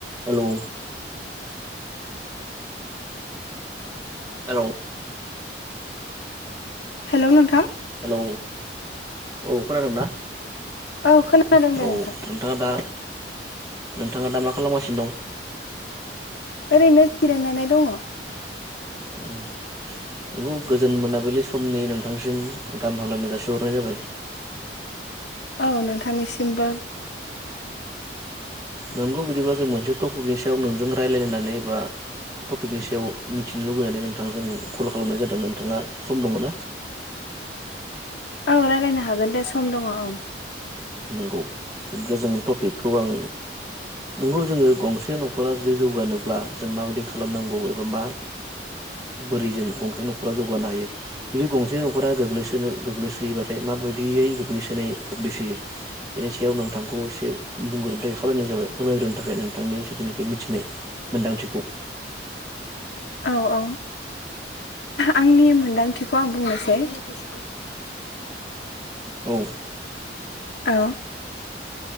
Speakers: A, on the right; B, on the left.
A: Hello hello.
B: Hello नोंथां
A: hello औ खोनादों ना?
B: औ खोनादों दे
A: औ
B: नोंथां
A: नोंथाङा दा नोंथाङा दा मा खालामगासिनो दं?
B: ओरैनो जिरायनानै दङ।
A: उम नंगौ गोजोन मोनाबिलि समनि नोंथांसिम गाहाम हामलायनाय जासिहरनाय जाबाय।
B: औ नोंथांनिसिमबो
A: नंगौ बिदिब्ला जों मोनसे टपिकनि सायाव नोंजों रायलायनो होननानै बा टपिकनि सायाव मिथि नो लुबैनानै नोंथांजों कल खालामनाय जादों नोंथाङा सम दङ ना?
B: औ रायलायनो हागोन दे सम दङ औ
A: नंगौ बिदिब्ला जों टपिकखौ आं नोंगौ जोङो गंसे न'खरा जुदि जौगानोब्ला जों माबायदि खालामनांगौ एबा मा बोरै जों गंसे न'खरा जौगानो हायो जुदि गंसे न' खरा गोग्लैसोनो गोग्लैसोयोबाथाय माबायदियै गोग्लैसोनाय गोग्लैसोयो बेनि सायाव नोंथांखौ खौ एसे बुंग्रोनो थाखाय खावायनाय जाबाय फोरमायग्रोनो थाखाय नोंथांनि जिथुनाखि मिथिनाय मोन्दांथिखौ
B: औ औ आंनि मोनदांथिखौ आं बुंनोसै <unintelligible>
A: औ
B: औ